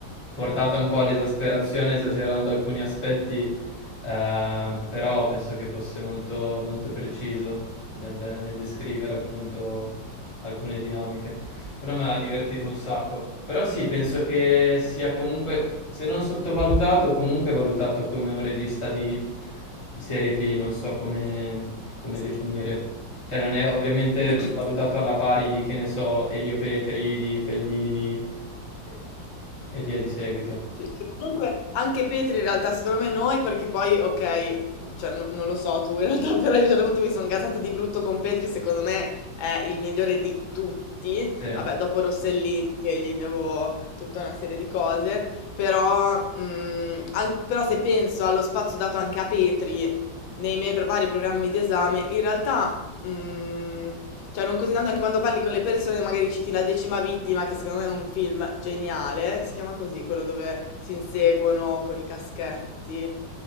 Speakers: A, on the left; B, on the left.
A: portata un po' all'esasperazione esagerando alcuni aspetti, eh, però penso che fosse molto, molto preciso nel, nel descrivere appunto alcune dinamiche. Quello mi ha divertito un sacco, però sì, penso che sia comunque, se non sottovalutato, comunque valutato come un regista di serie B, non so come, come
B: sì.
A: definire. Cioè non è ovviamente
B: <clears throat>
A: valutato alla pari di, che ne so, Elio Petri, di Fellini, e e via di seguito.
B: Sì, che comunque anche Petri in realtà secondo me noi perché poi ok, cioè no- non lo so tu in realtà <laughs> però io a un certo punto mi sono gasata di brutto con Petri, secondo me è il migliore di tutti,
A: Sì.
B: vabbè dopo Rossellini che gli devo tutta una serie di cose, però, mm, an- però se penso allo spazio dato anche a Petri nei miei pro- vari programmi d'esame, in realtà mm, cioè, non così tanto anche quando parli con le persone, magari citi La decima vittima, che secondo me è un film geniale. Si chiama così, quello dove si inseguono con i caschetti.